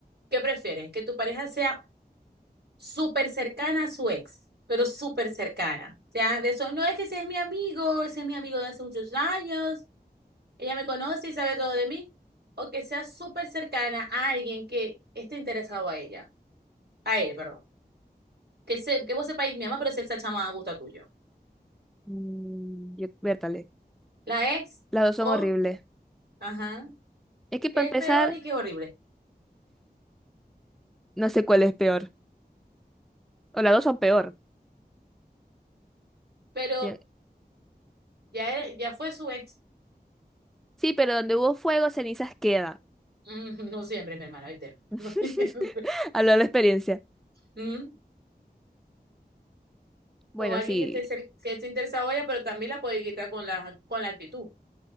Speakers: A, on the right; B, in the centre.
A: ¿Qué prefieres? ¿Que tu pareja sea súper cercana a su ex, pero súper cercana. O sea, de eso, no es que ese es mi amigo, ese es mi amigo de hace muchos años, ella me conoce y sabe todo de mí, o que sea súper cercana a alguien que esté interesado a ella, a él, perdón. Que, se, que vos sepáis, mi mamá, pero si esa chama a gusto tuyo.
B: Mm, yo, vértale.
A: La ex,
B: Las dos son
A: o,
B: horribles.
A: ajá,
B: Es que
A: que
B: para empezar,
A: es peor y que es horrible.
B: no sé cuál es peor. O las dos son peor.
A: Pero
B: Bien.
A: ya, era- ya fue su ex.
B: Sí, pero donde hubo fuego, cenizas quedan.
A: Mm, <laughs> No siempre, mi hermana, ¿viste? <laughs>
B: <laughs>
A: No siempre.
B: Hablo de la experiencia.
A: Mm.
B: Bueno,
A: o alguien
B: sí.
A: que esté, cer- que esté interesado en ella, pero también la puede quitar con la, con la actitud.